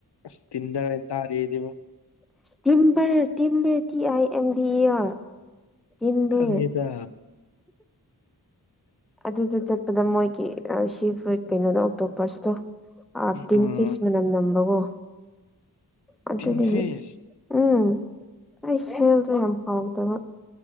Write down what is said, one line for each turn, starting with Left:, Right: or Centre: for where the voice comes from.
Left: ꯑꯁ ꯇꯤꯟ꯭ꯔ ꯇꯥꯔꯦꯗꯦꯕ
Centre: ꯇꯝꯕꯔ ꯇꯤꯅ ꯃꯤ <unintelligible> ꯊꯝꯕ
Left: ꯈꯪꯉꯦꯗ
Centre: ꯑꯗꯨꯗꯨ ꯑꯗ ꯃꯣꯏꯒꯤ ꯁꯤ ꯄꯨꯠ ꯀꯩꯅꯣꯗ ꯑꯣꯛꯇꯣꯄꯁꯇꯣ ꯑꯗꯤꯟ
Left: ꯎꯝ
Centre: ꯐꯤꯁ ꯃꯅꯝ ꯅꯝꯕꯒꯣ ꯑꯗꯨꯗꯤ
Left: ꯇꯤꯟꯐꯤꯁ
Centre: ꯎꯝ ꯑꯩ ꯏꯁꯃꯦꯜꯗꯣ ꯌꯥꯝ ꯍꯥꯎꯗꯕ